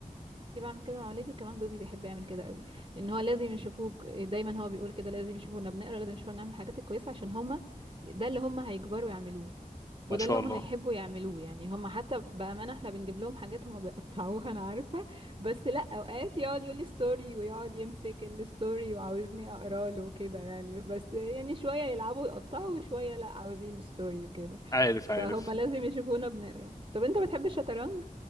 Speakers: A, on the right (about 40°); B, on the left (about 25°).
A: كنت بعمل كده مع ولادي وكمان جوزي بيحب يعمل كده قوي ان هو لازم يشوفوك دايما هو بيقول كده لازم يشوفونا بنقرا لازم يشوفونا نعمل الحاجات الكويسه عشان هما ده اللي هما هيكبروا يعملوه وده
B: ما شاء
A: اللي هما
B: الله
A: هيحبوا يعملوه يعني هما حتى بامانه احنا بنجيب لهم حاجات هما بيقطعوها انا عارفه بس لا اوقات يقعد يقول لي ستوري ويقعد يمسك الستوري وعاوزني اقرا له كده يعني بس يعني شويه يلعبوا يقطعوا وشويه لا عاوزين ستوري وكده
B: عارف
A: فهما
B: عارف
A: لازم يشوفونا بنقرا طب انت بتحب الشطرنج